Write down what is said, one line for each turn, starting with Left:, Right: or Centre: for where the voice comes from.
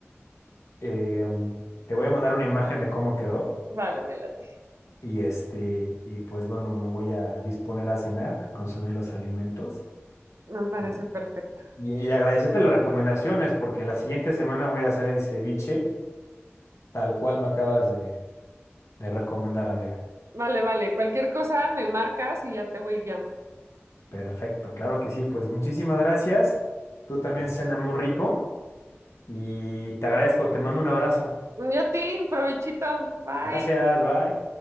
Left: Eh, te voy a mandar una imagen de cómo quedó
Right: Vale, me late.
Left: y este, y pues bueno, me voy a disponer a cenar, a consumir los alimentos
Right: Me parece
Left: y,
Right: perfecto.
Left: y- y agradecerte las recomendaciones porque la siguiente semana voy a hacer el ceviche tal cual me acabas de, de recomendar, amiga.
Right: Vale, vale. Cualquier cosa me marcas y ya te voy guiando.
Left: Perfecto, claro que sí, pues muchísimas gracias. Tú también cena muy rico y te agradezco, te mando un abrazo.
Right: Y a ti, provechito. Bye.
Left: Gracias, bye.